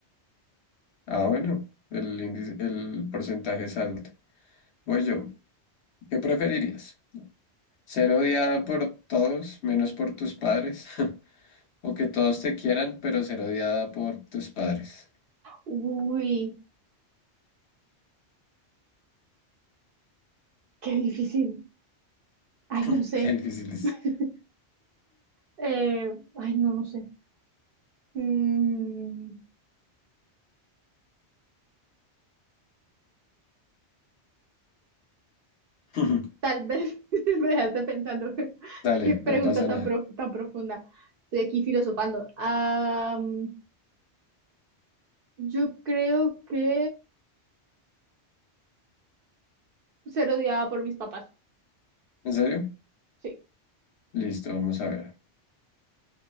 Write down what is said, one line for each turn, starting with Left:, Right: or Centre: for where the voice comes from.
Left: Ah, bueno, el índice, el porcentaje es alto. Voy yo. ¿Qué preferirías? ¿Ser odiada por todos menos por tus padres? <laughs> ¿O que todos te quieran, pero ser odiada por tus padres?
Right: Uy, qué difícil. Ay,
Left: <laughs>
Right: no sé.
Left: Qué difícil es.
Right: <laughs> Eh, ay, no, no sé. Mm,
Left: <laughs>
Right: tal vez <laughs> me dejaste pensando. <laughs>
Left: Dale,
Right: Qué pregunta
Left: no pasa
Right: tan,
Left: nada.
Right: pro- tan profunda. Estoy aquí filosofando. Am, yo creo que ser odiada por mis papás.
Left: ¿En serio?
Right: Sí.
Left: Listo, vamos a ver.